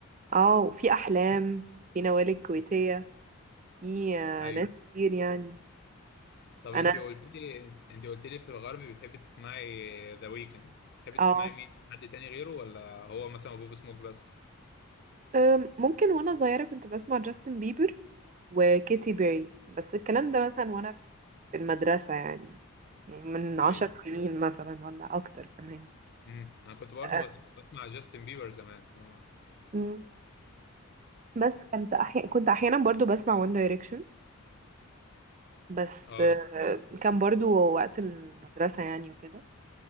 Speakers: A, on the right; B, on the left.
A: اه وفي احلام في نوال الكويتيه في آه،
B: ايوه
A: ناس كتير يعني
B: طب
A: انا
B: انت قلت لي انت قلت لي في الغربي بتحبي تسمعي ذا ويكند بتحبي
A: اه
B: تسمعي مين حد تاني غيره ولا هو مثلا بوب سموك بس
A: أم، ممكن وانا صغيرة كنت بسمع جاستن بيبر وكيتي بيري بس الكلام ده مثلا وانا في المدرسة يعني يعني من
B: ايوه
A: عشر سنين مثلا ولا اكتر كمان
B: امم انا كنت برضو
A: أه.
B: بس بسمع جاستن بيبر زمان اه
A: مم. بس كنت أحيانا كنت احيانا برضو بسمع وان دايركشن بس
B: آه.
A: أه، كان برضو وقت المدرسة يعني وكده